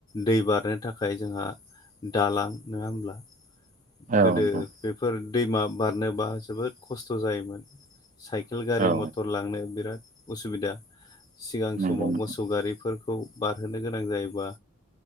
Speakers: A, on the left (about 20°); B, on the right (about 35°).
A: दै बार खारनो थाखाय जोंहा दालां नङा हब्ला
B: औ
A: गोदो
B: नोंथां
A: बेफोर दैमा बारनोबा जोबोद खस्थ' जायोमोन साइकेल गारि
B: औ
A: मथर थांनो बिराद उसुबिदा सिगां
B: नंगौ
A: समाव
B: नोंथां
A: मोसौ गारि खौ बारहोनो गोनां जायोबा